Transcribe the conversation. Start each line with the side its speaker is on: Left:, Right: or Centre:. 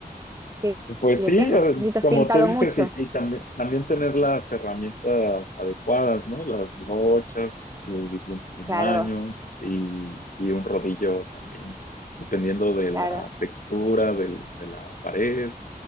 Right: que
Left: Pues
Right: que
Left: sí,
Right: yo tengo.
Left: eh,
Right: Si te
Left: como
Right: has pintado
Left: tú dices,
Right: mucho.
Left: y, y también, también tener las herramientas adecuadas, ¿no? Las brochas de diferentes tamaños
Right: Claro,
Left: y, y un rodillo también, dependiendo de
Right: claro.
Left: la textura del- de la pared